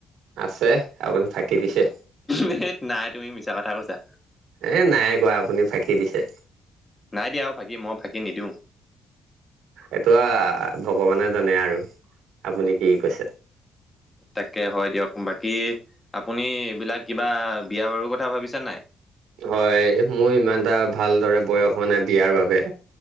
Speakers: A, on the right (about 80°); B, on the left (about 15°).
A: আছে, আপুনি ফাকি দিছে।
B: ধেত নাই তুমি মিছা কথা কৈছা।
A: এ নাই কোৱা আপুনি ফাঁকি দিছে।
B: নাই দিয়া অহ ফাকি, মই ফাকি নিদিওঁ।
A: এইটো আহ ভগৱানে জানে আৰু আপুনি কি কৈছে।
B: তাকে হয় দিয়ক বাকী, আপুনি এইবিলাক কিবা বিয়া বাৰুৰ কথা ভাবিছেনে নাই?
A: হয় মোৰ ইমান এটা ভালদৰে বয়স হোৱা নাই বিয়াৰ বাবে।